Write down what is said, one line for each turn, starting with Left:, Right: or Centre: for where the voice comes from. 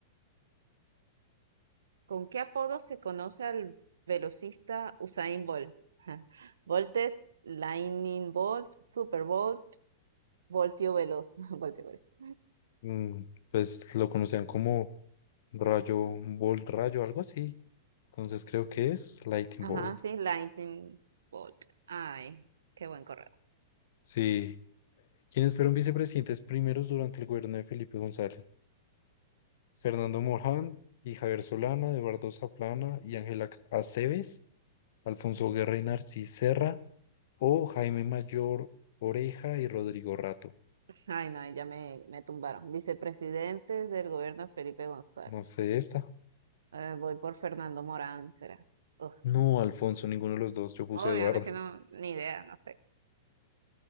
Right: ¿Con qué apodo se conoce al velocista Usain Bolt? <laughs> Bolt es Lightning Bolt, Super Bolt, Voltio Veloz, <laughs> Voltio Veloz.
Left: Mm, pues lo conocían como rayo, bolt rayo, algo así. Entonces creo que es Lightning
Right: Ajá,
Left: Bolt.
Right: sí, Lightning Bolt. Ay, qué buen correo.
Left: Sí. ¿Quiénes fueron vicepresidentes primeros durante el gobierno de Felipe González? Fernando Morán y Javier Solana, Eduardo Zaplana y Ángela Aceves, Alfonso Guerra y Narcis Serra, o Jaime Mayor Oreja y Rodrigo Rato.
Right: Ay, no, ahí ya me, me tumbaron. Vicepresidente del gobierno Felipe González.
Left: No sé esta.
Right: Eh, voy por Fernando Morán, será. Uf,
Left: No, Alfonso, ninguno de los dos. Yo puse
Right: obvio,
Left: Eduardo.
Right: no es que no, ni idea, no sé.